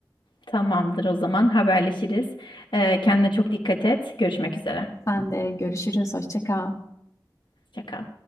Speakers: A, on the left; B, on the left.
A: Tamamdır o zaman haberleşiriz. Ee, kendine çok dikkat et. Görüşmek üzere.
B: Sen de görüşürüz. Hoşça kal.
A: Hoşça kal.